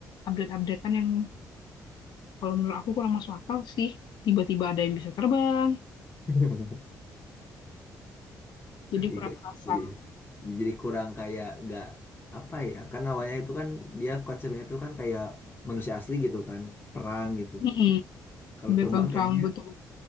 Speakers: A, on the left; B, on the left.
A: update-updatean yang kalau menurut aku kurang masuk akal sih. Tiba-tiba ada yang bisa terbang,
B: <laughs>
A: jadi kurang
B: Nggak-
A: terasa.
B: jadi jadi kurang kayak nggak apa ya kan awalnya itu kan dia konsepnya itu kan kayak manusia asli gitu kan perang gitu
A: Mm-mm,
B: kalau
A: Battleground
B: terbang kayaknya
A: betul-betul.